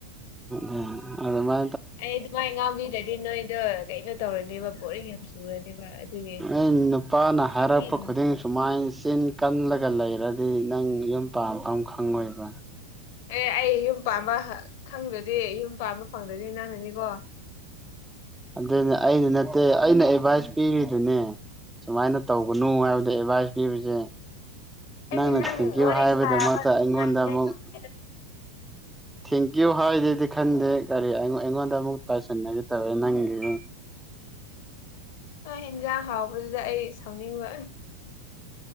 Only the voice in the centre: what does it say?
ꯑ ꯑꯗꯨ ꯃꯥ
ꯑ ꯅꯨꯄꯥꯅ
ꯍꯥꯏꯔꯛꯄ ꯈꯨꯗꯤꯡ ꯁꯨꯃꯥꯏꯅ ꯆꯤꯟ ꯀꯜꯂꯒ ꯂꯩꯔꯗꯤ ꯅꯪ ꯌꯨꯝ ꯄꯥꯐꯝ ꯑꯃ ꯈꯪꯉꯣꯏꯕ
ꯑꯗꯨꯅꯦ ꯑꯩꯗꯤ ꯅꯠꯇꯦ ꯑꯩꯅ ꯑꯦꯗꯚꯥꯏꯁ ꯄꯤꯔꯤꯗꯨꯅꯦ ꯁꯨꯃꯥꯏꯅ ꯇꯧꯒꯅꯨ ꯍꯥꯏꯕꯗ ꯑꯦꯗꯚꯥꯏꯁ ꯄꯤꯕꯁꯦ
ꯅꯪꯅ
ꯊꯦꯡꯀ꯭ꯌꯨ
ꯍꯥꯏꯕꯒꯤꯗꯃꯛꯇ
ꯑꯩꯉꯣꯟꯗ ꯑꯃꯨꯛ
ꯊꯦꯡꯀ꯭ꯌꯨ ꯍꯥꯏꯗꯤꯗꯤ ꯈꯟꯗꯦ ꯀꯔꯤ ꯑꯩꯉꯣꯟꯗ ꯑꯃꯨꯛ ꯇꯥꯏꯁꯤꯟꯅꯒꯦ ꯇꯧꯋꯦ ꯅꯪꯒꯤ